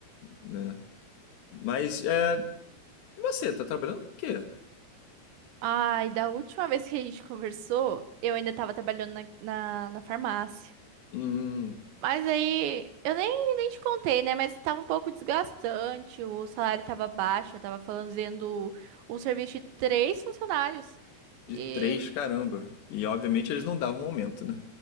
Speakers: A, on the left (about 75°); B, on the right (about 85°).
A: né? Mas é, e você, tá trabalhando com o quê?
B: Ai, da última vez que a gente conversou, eu ainda tava trabalhando na, na, na farmácia.
A: Hum.
B: Mas aí, eu nem, nem te contei, né? Mas tava um pouco desgastante, o salário tava baixo, eu tava fazendo o serviço de três funcionários.
A: De
B: E
A: três, caramba. E obviamente eles não davam aumento, né?